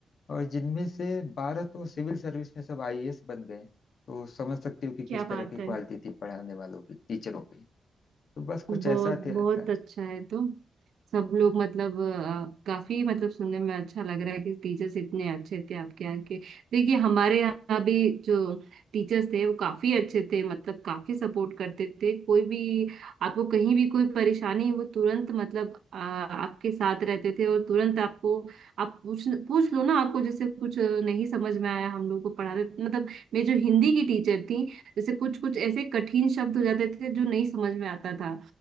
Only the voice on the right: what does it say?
क्या
बात
है
बहुत
बहुत
अच्छा है तो सब लोग मतलब अ, काफी मतलब सुनने में अच्छा लग रहा है कि टीचर्स इतने अच्छे थे आपके यहाँ के देखिए हमारे यहाँ भी जो टीचर्स थे वो काफी अच्छे थे मतलब काफी सपोर्ट करते थे कोई भी आपको कहीं भी कोई परेशानी है, वो तुरंत मतलब अ, आपके साथ रहते थे और तुरंत आपको आप पूछ पूछ लो ना आपको जैसे कुछ नहीं समझ में आया हम लोग को पढ़ाते मतलब मेरी जो हिंदी की टीचर थी जैसे कुछ कुछ ऐसे कठिन शब्द हो जाते थे जो नहीं समझ में आता था